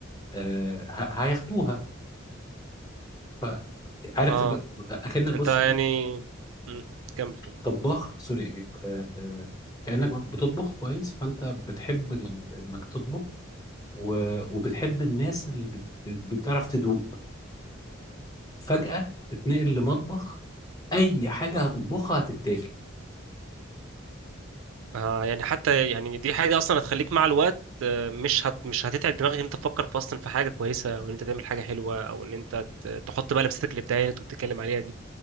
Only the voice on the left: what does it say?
آه، ه- هياخدوها ف- عارف
إن- اكنك بص
ايه
طباخ سوري إيه، آه، آه، كانك بتطبخ كويس فانت بتحب إن- انك تطبخ و... وبتحب الناس اللي بت... بت- بتعرف تدوق فجأة تتنقل لمطبخ أي حاجة هتطبخها هتتاكل